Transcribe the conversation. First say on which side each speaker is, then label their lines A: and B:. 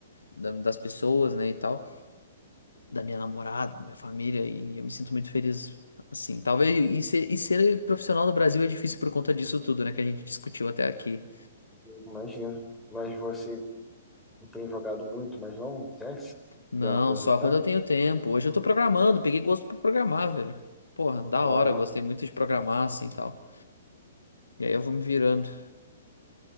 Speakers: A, on the left; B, in the centre.
A: da- das pessoas, né, e tal da minha namorada, da minha família, e eu me sinto muito feliz assim. Talvez e ser, e ser profissional no Brasil é difícil por conta disso tudo, né, que a gente discutiu até aqui.
B: eu imagino. Mas você tem jogado muito, mas não CS?
A: Não,
B: Deu uma aposentada?
A: só quando eu tenho tempo. Hoje eu tô programando, peguei gosto pra programar, velho. Porra, da
B: Ah,
A: hora, gostei muito de programar assim e tal. E aí eu vou me virando.